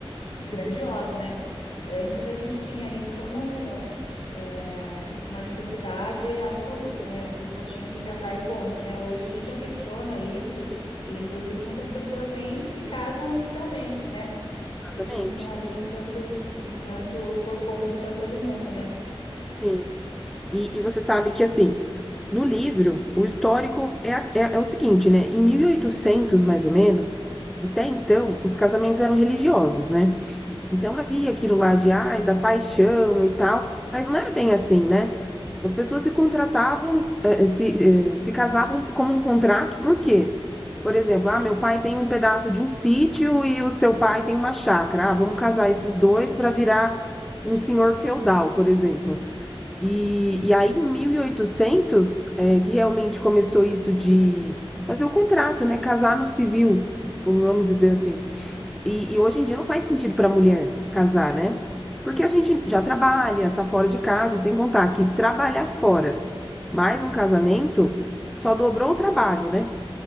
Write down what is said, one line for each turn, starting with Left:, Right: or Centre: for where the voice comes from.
Left: grandiosa, né? Antes a gente tinha isso como é, uma necessidade absoluta, né? As pessoas tinham que casar e ponto, né? Hoje a gente já questiona isso, e inclusive muitas pessoas nem se casam oficialmente, né?
Centre: Exatamente.
Left: se juntam ali enquanto enquanto for cômodo para todo mundo, né?
Centre: Sim. E, e você sabe que assim, No livro, o histórico é, a- é, é o seguinte, né? Em 1800, mais ou menos, até então, os casamentos eram religiosos, né? Então havia aquilo lá de, ai, da paixão e tal, mas não era bem assim, né? As pessoas se contratavam, eh, eh, se, eh, se casavam como um contrato, por quê? Por exemplo, ah, meu pai tem um pedaço de um sítio e o seu pai tem uma chácara. Ah, vamos casar esses
Left: Exatamente.
Centre: dois para virar um senhor feudal, por exemplo. E, e aí, em 1800, é, que realmente começou isso de fazer o contrato, né? Casar no civil, vamos dizer assim. E, e hoje em dia não faz sentido para a mulher casar, né? Porque a gente já trabalha, tá fora de casa, e sem contar que trabalhar fora mais um casamento só dobrou o trabalho, né?